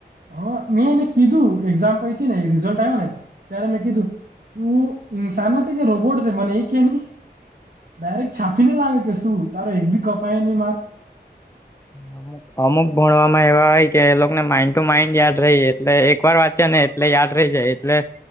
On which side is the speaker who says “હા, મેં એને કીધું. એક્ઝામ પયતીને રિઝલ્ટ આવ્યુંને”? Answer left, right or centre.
Right